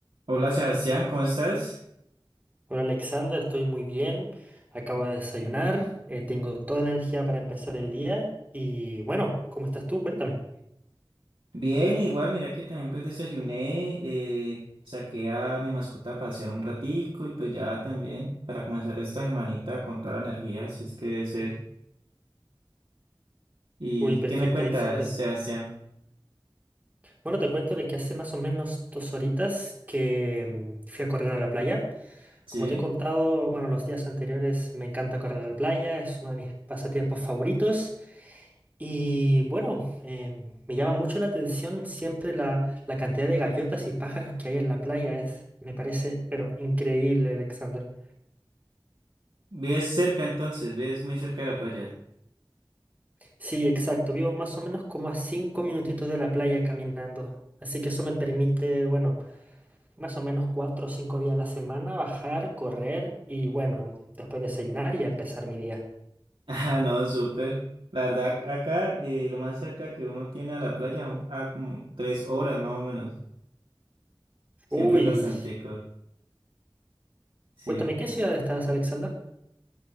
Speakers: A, on the right (about 80°); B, on the right (about 20°).
A: Hola Sebastián, ¿cómo estás?
B: Hola Alexandra, estoy muy bien. Acabo de desayunar, eh, tengo toda la energía para empezar el día y bueno, ¿cómo estás tú? Cuéntame.
A: Bien, igual, mira que también pues desayuné, eh, saqué a mi mascota a pasear un ratico y pues ya también para comenzar esta semanita con toda la energía, si es que debe ser. ¿Y
B: Uy, perfecto
A: qué me cuentas,
B: Alexander.
A: Sebastián?
B: Bueno, te cuento de que hace más o menos dos horitas que mm, fui a correr a la playa.
A: ¿Sí?
B: Como te he contado, bueno, los días anteriores me encanta correr a la playa, es uno de mis pasatiempos favoritos. Y bueno, em, me llama mucho la atención siempre la, la cantidad de gaviotas y pájaros que hay en la playa. Es, me parece, pero increíble, Alexander.
A: ¿Vives cerca entonces? ¿Vives muy cerca de la playa? <laughs>
B: Sí, exacto. Vivo más o menos como a cinco minutitos de la playa caminando. Así que eso me permite, bueno, más o menos cuatro o cinco días a la semana bajar, correr y, bueno, después desayunar y a empezar mi día.
A: Ah, no, súper. La verdad, acá eh, lo más cerca que uno tiene a la playa son a como tres horas más o menos. Siempre
B: Uy,
A: es bastante, sí.
B: cuéntame, ¿qué ciudad estás, Alexander?